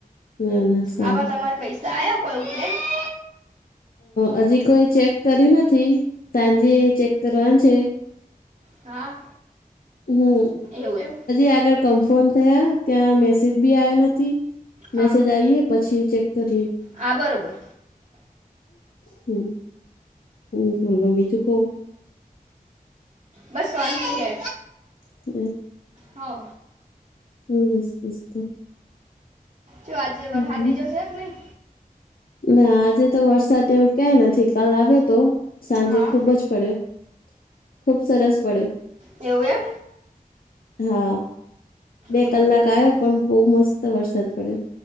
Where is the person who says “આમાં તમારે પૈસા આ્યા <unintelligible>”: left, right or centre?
Right